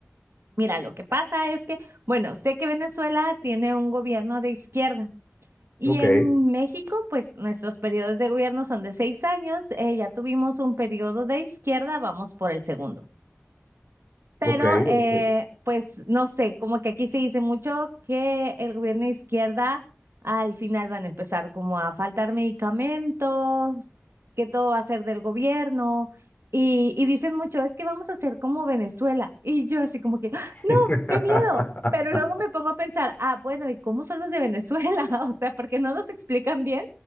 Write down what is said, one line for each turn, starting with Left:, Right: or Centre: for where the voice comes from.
Right: Mira, lo que pasa es que, bueno, sé que Venezuela tiene un gobierno de izquierda y
Left: Ok.
Right: en México, pues nuestros periodos de gobierno son de seis años. eh, ya tuvimos un periodo de izquierda, vamos por el segundo. Pero,
Left: Ok,
Right: eh,
Left: ok.
Right: pues, no sé, como que aquí se dice mucho que el gobierno de izquierda al final van a empezar como a faltar medicamentos, que todo va a ser del gobierno. Y, y dicen mucho, es que vamos a hacer como Venezuela. Y yo así como que, ¡ah! no,
Left: <laughs>
Right: qué miedo. Pero luego me pongo a pensar, ah, bueno, ¿y cómo son los de Venezuela? <laughs> O sea, porque no nos explican bien,